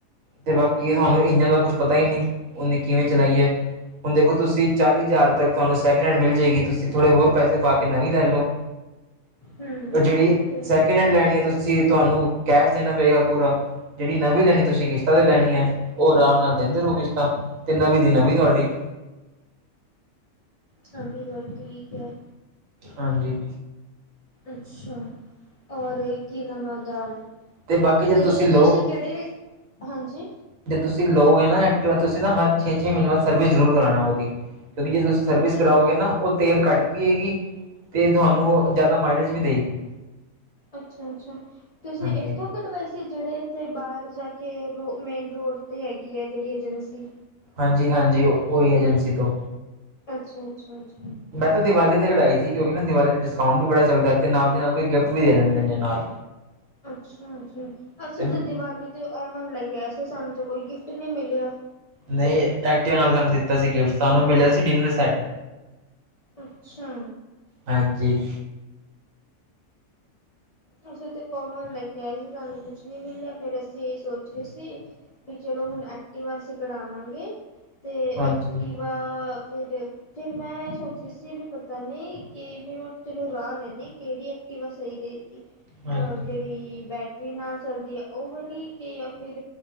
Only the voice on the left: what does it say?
ਹਮ
ਤੇ
ਹੈ
ਹਮ
ਤੁਹਾਡੀ ਗੱਲ ਠੀਕ ਹੈ।
ਅੱਛਾ, ਔਰ ਕੀ ਨਾਮ ਹੈ ਉਦਾ?
ਤੇ
ਤੁਸੀਂ ਕਿਹੜੀ ਹਾਂਜੀ।
ਅੱਛਾ
ਅੱਛਾ -ਅੱਛਾ ਤੁਸੀਂ
ਇੱਥੋਂ ਕਟਵਾਈ ਸੀ ਜਿਹੜੇ ਇੱਥੇ ਬਾਹਰ ਜਾ ਕੇ ਮੇਨ ਰੋਡ ਤੇ ਹੈਗੀ ਆ ਜਿਹੜੀ ਏਜੰਸੀ?
ਅੱਛਾ- ਅੱਛਾ -।
<inaudible> <inaudible> ਅੱਛਾ ਜੀ ਅਸੀਂ
ਤਾਂ ਦੀਵਾਲੀ ਤੇ ਔਵਨ ਲੈਕੇ ਆਏ ਸੀੇ, ਸਾਨੂੰ ਤਾਂ ਕੋਈ ਗਿਫ਼ਟ ਨਹੀ ਮਿਲਿਆ।
ਅੱਛਾ।
ਅਸੀ ਤੇ ਔਵਨ ਲੈ ਕੇ ਆਏ ਸੀ ਸਾਨੂੰ ਕੁਝ ਨਹੀਂ ਮਿਲਿਆ ਫਿਰ ਅਸੀ ਏਹੀ ਸੋਚ ਰਹੇ ਸੀ ਵੀ ਚਲੋ ਹੁਣ ਐਕਟਿਵਾ ਅਸੀਂ ਕਡਾਵਾਂਗੇ ਤੇ
ਐਕਟਿਵਾ ਫੇਰ ਦੇਖ ਫਿਰ ਮੈਂ ਇਹ ਸੋਚ ਰਹੀ ਸੀ ਵੀ ਪਤਾ ਨਹੀ ਕਿ ਵੀ ਮੈਂ ਚਲੋ ਰਾਹ ਲੈਨੀ ਕੇਹੜੀ ਐਕ ਟਿਵਾ ਸਹੀ ਰਹੇਗੀ
ਅਹ ਜਿਹੜੀ ਬੈਟ ਰੀ ਨਾਲ ਚਲਦੀ ਹੈ ਉਹ ਵਾਲੀ ਕਿ ਜਾਂ ਫਿਰ